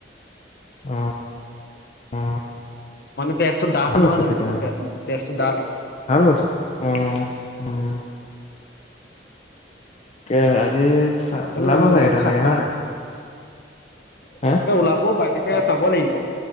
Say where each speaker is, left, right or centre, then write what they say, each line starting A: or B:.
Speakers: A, on the left (about 35°); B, on the left (about 60°).
A: অ অ
B: মানুহ তেজটো দাঠ
A: ভাল
B: নহয়
A: বস্তু
B: জানো
A: তেতিয়াহ'লে
B: তেজটো দাঠ
A: ভাল বস্তু অ', উম'। এ আজি
B: সেইকাৰণে
A: ওলাব
B: মানুহ বিলাকে
A: লাগে তেনেকে
B: খাই
A: হয় নাই হা
B: তাকে ওলাবয়ো পাই তাকে চাব লাগিব।